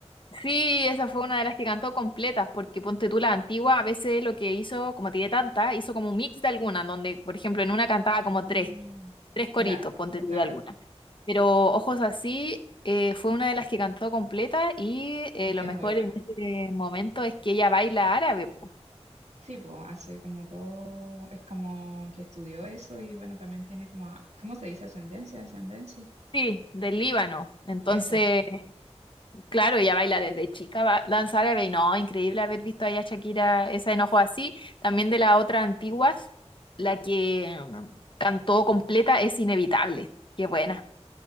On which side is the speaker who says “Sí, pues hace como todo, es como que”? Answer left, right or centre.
Right